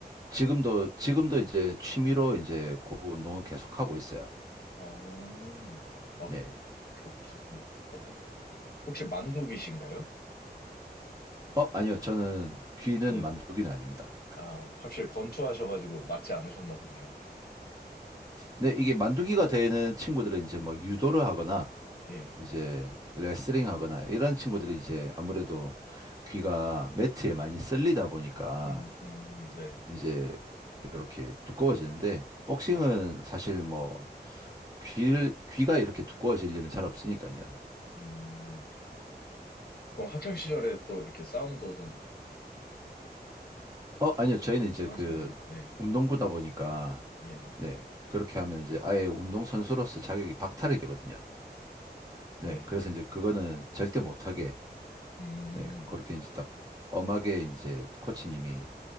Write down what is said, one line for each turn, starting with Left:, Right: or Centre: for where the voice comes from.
Right: 지금도 지금도 이제 취미로 이제 그 운동은 계속하고 있어요.
Left: 어, 어,
Right: 네.
Left: 격투기. 어, 혹시 만두기신가요
Right: 어, 아니요. 저는 귀는
Left: 네.
Right: 만두기는 아닙니다.
Left: 아, 확실히 권투하셔가지고 맞지 않으셨나 보네요.
Right: 네, 이게 만두기가 되는 친구들은 이제 뭐 유도를 하거나
Left: 예.
Right: 이제 레슬링 하거나 이런 친구들이 이제 아무래도 귀가 매트에 많이 쓸리다 보니까
Left: 음, 음, 네,
Right: 이제 이렇게 두꺼워지는데 복싱은
Left: 네.
Right: 사실 뭐 귀를 귀가 이렇게 두꺼워질 일은 잘 없으니까요.
Left: 음, 그럼 학창 시절에 또 이렇게 싸움도 좀,
Right: 어, 아니요. 저희는 이제
Left: 좀 하셨네요.
Right: 그
Left: 네,
Right: 운동부다 보니까
Left: 예, 예.
Right: 네. 그렇게 하면 이제 아예 운동선수로서 자격이 박탈이 되거든요. 네.
Left: 네.
Right: 그래서 이제 그거는 절대 못하게
Left: 음,
Right: 네. 그렇게 이제 딱 엄하게 이제 코치님이